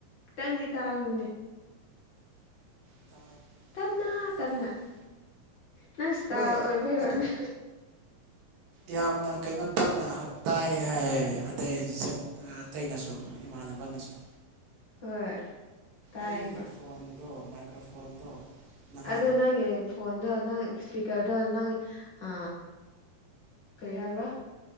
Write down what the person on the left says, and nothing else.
ꯈꯤꯇꯪꯗꯤ ꯇꯥꯔꯝꯕꯅꯦ
ꯇꯞꯅ ꯇꯞꯅ ꯅꯪ ꯁ꯭ꯇꯥꯏꯜ
ꯑꯣꯏꯕꯩ ꯑꯣꯏꯕ
ꯍꯣꯏ ꯇꯥꯏꯌꯦꯕ
ꯑꯗꯨ ꯅꯪꯒꯤ ꯐꯣꯟꯗꯣ ꯅꯪ ꯏꯁꯄꯤꯀꯔꯗꯣ ꯅꯪ ꯑ ꯀꯔꯤ ꯍꯥꯏꯕ꯭ꯔ